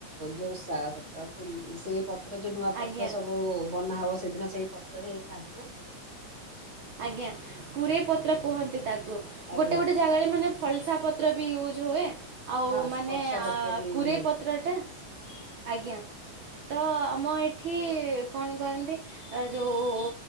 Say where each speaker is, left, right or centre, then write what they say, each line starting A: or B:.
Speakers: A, on the right; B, on the right.
A: ଯୋଉ ଶା ଶାକୁଳି ସେଇ ପତ୍ର ଯୋଉ ନୂଆ ପତ୍ର
B: ଆଜ୍ଞା
A: ସବୁ ଓ ବନା ହବ ସେଦିନ ସେଇ ପତ୍ରରେ ଖାଆନ୍ତି ନା?
B: ଆଜ୍ଞା। କୁରେଇ ପତ୍ର କୁହନ୍ତି ତାକୁ
A: ଆଜ୍ଞା
B: ଗୋଟେ ଗୋଟେ ଜାଗାରେ ମାନେ ଫଲସା ପତ୍ର ବି ୟୁଜ୍ ହୁଏ। ଆଉ
A: ହଁ
B: ମାନେ
A: ଫର୍ସା
B: ଆ
A: ପତ୍ର ବି
B: କୁରେଇ
A: ନିଅନ୍ତି
B: ପତ୍ରଟା ଆଜ୍ଞା। ତ ଆମ ଏଠି କଣ କରନ୍ତି ଯୋଉ